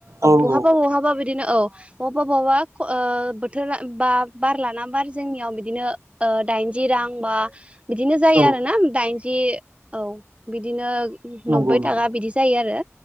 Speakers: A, on the right; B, on the right.
A: औ
B: बहाबा
A: औ
B: बहाबा बिदिनो औ बहाबा बहाबा बोथोरा बा बार लाना बार जोंनियाव बिदिनो दाइनजि रां बा बिदिनो जायो
A: औ
B: आरो दाइनजि। बिदि औ बिदिनो
A: नंगौ
B: नब्बै
A: नंगौ
B: थाखा बिदि जायो आरो।